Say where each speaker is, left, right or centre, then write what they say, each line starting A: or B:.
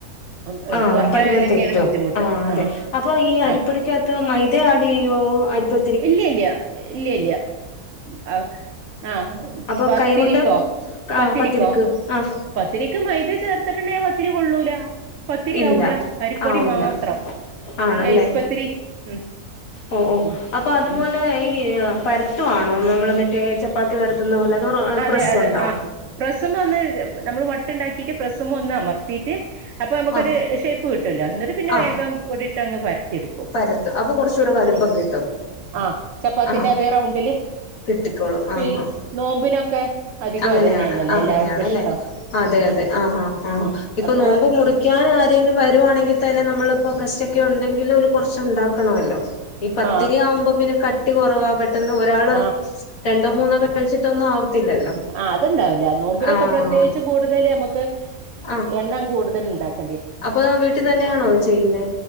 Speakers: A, on the right (about 65°); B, on the left (about 65°).
A: അം ഏ
B: ആഹ്
A: കുർഞ്ഞോയാലൊക്കെയാണ്
B: പരുവം തെറ്റും
A: ബുദ്ധിമുട്ട്
B: അതെ
A: ആഹ്
B: അപ്പൊ ഈ അരിപ്പടിക്കാത്ത്
A: ആഹ്
B: മൈദ ആഡ് ചെയ്യോ അരിപ്പൊ
A: ഇല്ല ഇല്ലയ ഇല്ല ഇല്ല. ആഹ് ആഹ്
B: അപ്പൊ
A: പത്തിരിക്കോ
B: കൈകൊണ്ട്
A: പത്തിരിക്കോ?
B: ആഹ് പത്തിരിക്ക് ആഹ്
A: പത്തിരക്ക് മൈത ചേർ ത്ത്ട്ട്ണ്ടേ പത്തിരി കൊള്ളൂല പത്തിരിയാവൂല
B: ഇല്ല
A: അരിപ്പൊടി
B: ആവൂല
A: മാത്രം.
B: ആണല്ലേ
A: നൈസ് പത്തിരി ഉം
B: ഓ ഓ
A: ഉം
B: അപ്പ അതുപോലെ
A: ഉം
B: ഈ പരത്തുവാണോ നമ്മള് മറ്റേ ചപ്പാത്തി പരത്തുന്ന പോലെ അതോ
A: അതെ
B: പ്രസ്സുണ്ടോ
A: അതെ ആഹ് പ്രസ് മെ ഒന്ന് നമ്മൾ വട്ടുണ്ടാക്കിട്ട് പ്രസ് മെ ഒന്ന് അമർത്തിയിട്ട് അപ്പൊ നമുക്കൊരു
B: ആ
A: ഷേപ് പ്പ് കിട്ടല്ലോ എന്നിട്ട് പിന്നെ
B: ആ
A: വേഗം പൊടിട്ട് അങ്ങ് പരത്തിയെടുക്കും
B: പരത്തും അപ്പൊ കുറച്ചുകൂടെ വലുപ്പം
A: ഉം
B: കിട്ടും
A: ആഹ് ചപ്പാത്തിന്റെ
B: ആ
A: അതേ റൗണ്ടില്.
B: കിട്ടിക്കോളും
A: ഇപ്പ
B: ആഹ്
A: ഈ
B: ആഹ്
A: നോമ്പിനൊക്കെ. അധികം
B: അങ്ങനെയാണ്
A: അതന്നെയാണല്ലേ
B: അങ്ങനെയണല്ലേ
A: എല്ലാവർക്കും ഇഷ്ടം
B: അതെ
A: ഉം
B: അതെ ആഹാ ആ
A: ഉം
B: ഇപ്പൊ
A: അപ്പൊ
B: നോമ്പ് മുറി ക്കാന് ആരെങ്കിലും വരുവാണെങ്കിൽ തന്നെ നമ്മളിപ്പോ ഗസ്റ്റ് ഒക്കെ ഉണ്ടെങ്കില് ഒരു കുറച്ച് ഉണ്ടാക്കണല്ലോ? ഈ പത്തിരി
A: ആ
B: ആവുമ്പോ പിന്നെ കട്ടി കുറവാ പെട്ടെന്ന് ഒരാള്.
A: ആ
B: രണ്ടോ മൂന്നോ കഴിച്ചിട്ടൊന്നും ആവത്തില്ലല്ലോ?
A: ആഹ് അത്ണ്ടാവില്ല നോമ്പിനൊക്കെ
B: ആഹ്
A: പ്രത്യേകിച്ചു കൂടുതല് ഞമക്ക്.
B: ആഹ്
A: എണ്ണം കൂടുതല്ണ്ടാക്
B: അപ്പൊ വീട്ടിൽ തന്നെയാണോ ചെയ്യുന്നേ?